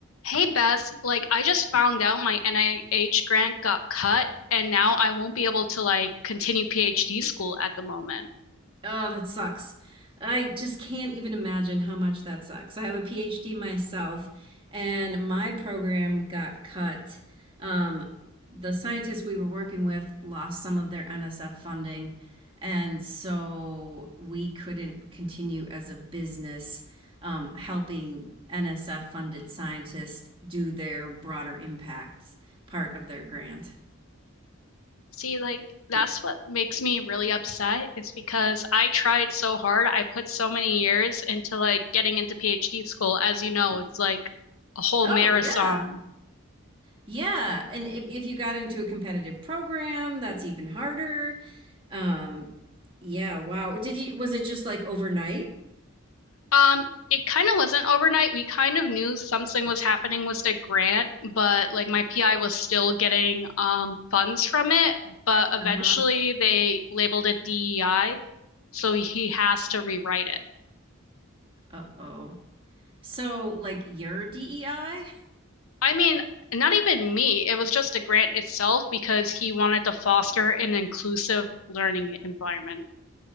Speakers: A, on the left; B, on the right.
A: Hey Beth, like I just found out my NIH grant got cut and now I won't be able to like continue PhD school at the moment.
B: Oh, that sucks. I just can't even imagine how much that sucks. I have a PhD myself, and my program got cut. Um, the scientists we were working with lost some of their NSF funding, and so we couldn't continue as a business um, helping NSF funded scientists do their broader impacts part of their grant.
A: See, like that's what makes me really upset is because I tried so hard. I put so many years into like getting into PhD school. As you know, it's like a whole
B: Oh,
A: marathon.
B: yeah. Yeah, and if, if you got into a competitive program, that's even harder. Um, yeah, wow. Did you, was it just like overnight?
A: Um, it kind of wasn't overnight. We kind of knew something was happening with the grant, but like my PI was still getting um funds from it, but eventually
B: Uh-huh.
A: they labeled it DEI, so he has to rewrite it.
B: Uh-oh. So like your DEI?
A: I mean, not even me. It was just the grant itself because he wanted to foster an inclusive learning environment.